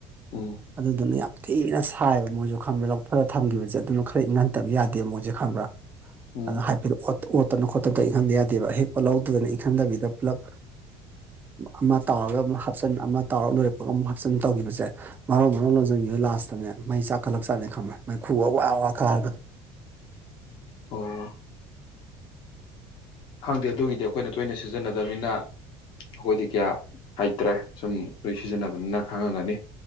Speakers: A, on the left; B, on the right.
A: ꯎꯝ
B: ꯑꯗꯨꯗꯨꯅ ꯌꯥꯝ ꯊꯤꯅ ꯁꯥꯏꯑꯦꯕ ꯃꯣꯏꯁꯨ ꯈꯪꯕ꯭ꯔꯥ ꯂꯧꯊꯔ ꯊꯝꯒꯤꯕꯁꯦ ꯑꯗꯨꯅ ꯈꯔ ꯏꯪꯍꯟꯗꯕ ꯌꯥꯗꯦꯕ ꯃꯣꯏꯁꯦ ꯈꯪꯕ꯭ꯔꯥ
A: ꯎꯝ
B: ꯑꯗ ꯍꯥꯏꯐꯦꯠ ꯑꯣꯠꯇ ꯑꯣꯠꯇꯅ ꯈꯣꯠꯇꯇ ꯏꯪꯍꯟꯗ ꯌꯥꯗꯦꯕ ꯑꯍꯦꯛꯄ ꯂꯧꯗꯗꯅ ꯏꯪꯈꯟꯗꯕꯤꯗ ꯄꯨꯂꯞ ꯑꯃ ꯇꯥꯎꯔꯒ ꯃꯨꯛ ꯍꯥꯞꯆꯟ ꯑꯃ ꯇꯥꯎꯔꯒ ꯂꯣꯏꯔꯛꯄꯒ ꯑꯃꯨꯛ ꯍꯥꯞꯆꯤꯟ ꯇꯧꯈꯤꯕꯁꯦ ꯃꯍꯥꯎ ꯂꯣꯟ ꯂꯣꯟꯁꯟꯈꯤꯕ ꯂꯥꯁꯇꯅꯦ ꯃꯩ ꯆꯥꯛꯈꯠꯂꯛ ꯖꯥꯠꯅꯦ ꯈꯪꯕ ꯃꯩꯈꯨ ꯋꯥ ꯋꯥ ꯋꯥ ꯀꯥꯔꯒ
A: ꯑꯣ ꯈꯪꯗꯦ ꯑꯗꯨꯒꯤꯗꯤ ꯑꯩꯈꯣꯏꯅ ꯇꯣꯏꯅ ꯁꯤꯖꯤꯟꯅꯗꯕꯅꯤꯅ ꯑꯩꯈꯣꯏꯗꯤ ꯀꯌꯥ ꯍꯩꯇ꯭ꯔꯦ ꯁꯨꯝ ꯂꯣꯏ ꯁꯤꯖꯤꯟꯅꯕꯅꯤꯅ ꯈꯪꯉꯝꯒꯅꯤ